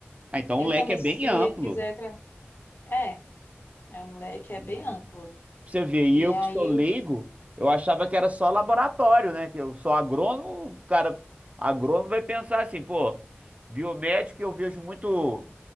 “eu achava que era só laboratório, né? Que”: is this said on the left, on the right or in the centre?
Right